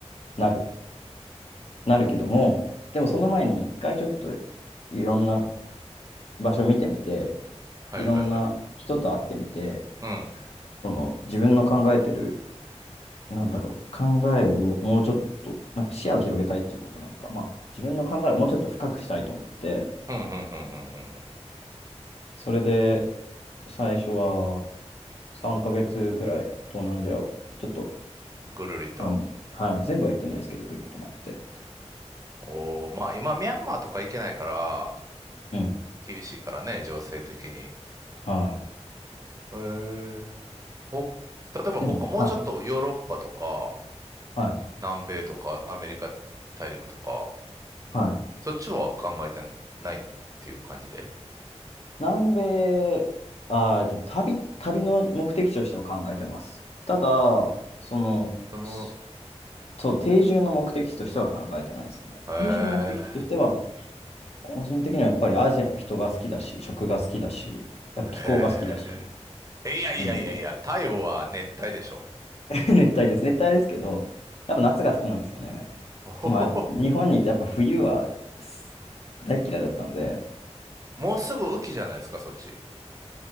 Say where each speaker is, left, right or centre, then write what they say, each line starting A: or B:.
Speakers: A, on the left; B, on the right.
A: なる、なるけども、でもその前に一回ちょっと
B: そう。
A: いろんな場所見てみて、
B: はいはいはい。
A: いろんな人と会ってみて、
B: うん、
A: その自分の考えてる、なんだろう、考えをもうちょっと、なんか視野を広げたいっていうことなんか、まあ自分の考えをもうちょっと深くしたいと思って、
B: うん、うん、うん、うん。うんうん
A: それで最初は3ヶ月くらい東南アジアをちょっと、
B: ぐるりと。
A: あの、はい、全部は行ってないですけど、ぐるっと回って。
B: おー、まあ今ミャンマーとか行けないから、
A: うん。
B: 厳しいからね、情勢的に。へ
A: はい。
B: え。ほ、例えば他、
A: でも、
B: もうちょっとヨーロッパとか、
A: はい、はい、
B: 南米とか、アメリカ大陸とか、
A: はい。
B: そっちは考えてないっていう感じで。
A: 南米、あー、えっとね、旅、旅の目的地としては考えてます。ただ、その、
B: でも、
A: すそう、定住の目的地としては考えてないですね。
B: へえ、
A: 定住の目的地としては、個人的にはやっぱりアジアの人が好きだし、食が好きだし、やっぱ気候が好きだし、
B: へえ。いやいやいやいや、
A: うん。
B: 太陽は熱帯でしょ。
A: <laughs> 熱帯です。熱帯ですけど、やっぱ夏が好きなんですよね。
B: <laughs> おほほほ
A: まあ、日本にいてやっぱ冬はす大っ嫌いだったので、
B: もうすぐ雨季じゃないですか、そっち。